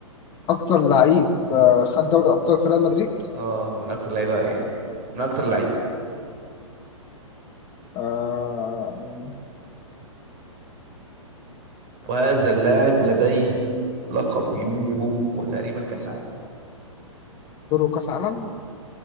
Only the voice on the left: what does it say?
اكتر لعيب آه، خد دوري ابطال في ريال مدريد
آه، من-
آه،
يورو كاس عالم